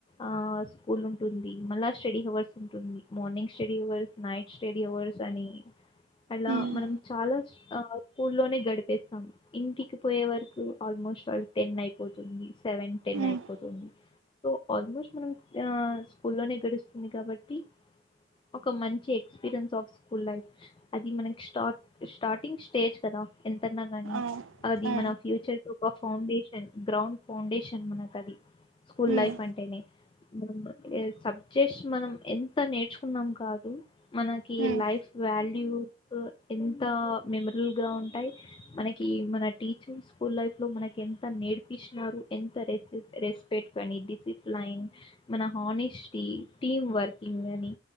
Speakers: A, on the left; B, on the right.
A: ఆ స్కూల్ ఉంటుంది మళ్ళా స్టడీ హవర్స్ ఉంటుంది morning study hours night study hours అని అలా
B: హ్మ్
A: మనం చాలా స్కూల్ లోనే గడిపేస్తాం ఇంటికి పోయే వరకు ఆల్మోస్ట్ టెన్ అయి పోతుంది సెవెన్ టెన్
B: హ్మ్
A: అయిపోతుంది సో ఆల్మోస్ట్ మనం స్కూల్లోనే గడుస్తుంది కాబట్టి ఒక మంచి ఎక్స్పీరియన్స్ ఆఫ్ స్కూల్ లైఫ్ అది మనకి స్టార్ట్ స్టార్టింగ్ స్టేజ్ కదా ఎంతన్నా గాని
B: ఆ
A: అది
B: ఆ
A: మన ఫ్యూచర్ కు ఒక ఫౌండేషన్ గ్రౌండ్ ఫౌండేషన్ మనకు అది స్కూల్
B: హ్మ్
A: లైఫ్ అంటేనే మనం సబ్జెక్ట్స్ మనం ఎంత నేర్చుకున్నాం కాదు మనకి
B: హ్మ్
A: లైఫ్ వాల్యూ ఎంత మెమరల్ గా ఉంటాయి మనకి మన టీచర్ స్కూల్ లైఫ్ లో మనకి ఎంత నేర్పు ఇస్తున్నారు ఎంత రెస్ రెస్పెక్ట్ అని డిసిప్లైన్ మన హానెస్టీ టీమ్ వర్కింగ్ అని